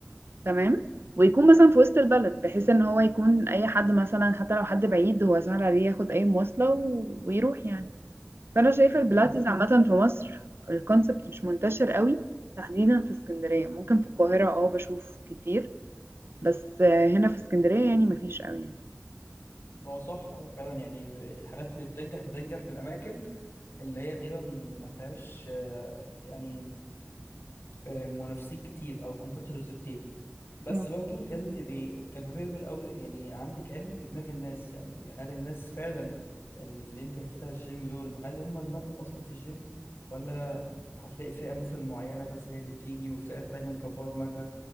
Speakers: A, on the right (about 75°); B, on the left (about 70°).
A: تمام ويكون مثلا في وسط البلد بحيث ان هو يكون اي حد مثلا حتى لو حد بعيد هو سهل عليه ياخد اي مواصلة و- ويروح يعني فانا شايفة البيلاتيز عامة في مصر الكونسبت مش منتشر قوي تحديدا في اسكندرية ممكن في القاهرة اه بشوف كتير بس آه، هنا في اسكندرية يعني مفيش قوي يعني
B: هو صح هو فعلا يعني الحاجات اللي بتنجح بتنجح في الاماكن اللي هي تقريبا ما فيهاش آه، يعني آه، منافسين كتير او كومبيتيتورز كتير بس
A: مم.
B: برضه انت لازم تبقي كابابل قوي يعني عندك علم بدماغ الناس يعني هل الناس فعلا اللي انت هتفتح الجيم دول هل هم دماغهم اصلا في الجيم ولا هتلاقي فئة مثلا معينة بس هي اللي بتيجي والفئة التانية مكبرة دماغها